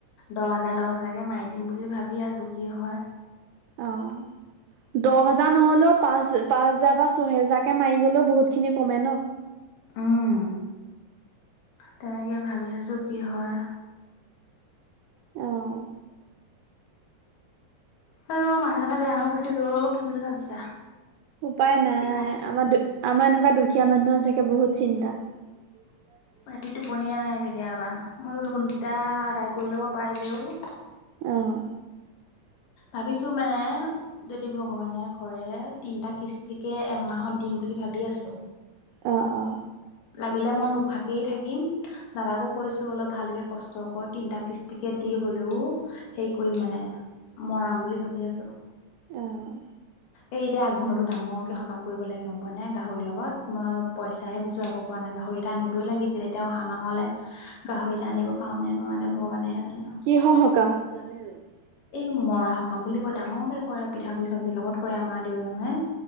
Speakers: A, on the left; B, on the right.
A: দহ হাজাৰ, দহ হাজাৰ কে মাৰি দিম বুলি ভাবি আছোঁ কি হয়।
B: অ', দহ হেজাৰ নহ'লেও পাঁচ, পাঁচ হেজাৰ বা ছহেজাৰকে মাৰি গ'লেও বহুতখিনি কমে ন?
A: উম, তেনেকে ভাবি আছোঁ, কি হয়।
B: অ',
A: আইয়, মাথা- চাথা বেয়া হৈ গৈছেগে অ' কি বুলি ভাবিছা?
B: উপায় নাই,
A: ইফাল
B: আমাৰ দু আমাৰ এনেকুৱা দুখীয়া মানুহৰ চাগে বহুত চিন্তা। <inaudible>
A: ৰাতি টোপনিয়ে নাহে, কেতিয়াবা মই লোন কেইটা আদাই কৰি ল'ব পাৰিলেওঁ
B: অ',
A: ভাবিছোঁ মানে যদি ভগৱানে কৰে, তিনটা কিস্তিকে এমাহত দিম বুলি ভাবি আছোঁ।
B: অ' অ'
A: লাগিলে মই নোখোৱাকেই থাকিম, দাদাকো কৈছো অলপ ভালকে কচ ষ্ট কৰ তিনটা কিস্তিকে দি হ'লেও হেৰি কৰিম মানে মৰাম বুলি ভাবি আছোঁ।
B: অ',
A: এই, এতিয়া আঘোণতো ডাঙৰকে সকাম কৰিব লাগে গম পোৱা নে, গাহৰিৰ লগত মই পইচাহে গুচোৰাব পৰা নাই, গাহৰি এটা আনিবই লাগিছিল এতিয়া অহা মাহলে গাহৰি এটা আনিব পাৰোঁ নে নোৱাৰোনে, ভগৱানেহে জানে আৰু।
B: কিহৰ সকাম? <unintelligible>
A: এই মৰা সকাম বুলি কয়, ডাঙৰকে কৰে পিঠাগুৰি, চব্জিৰ লগত কৰে আমাৰ দেউৰী মানুহে।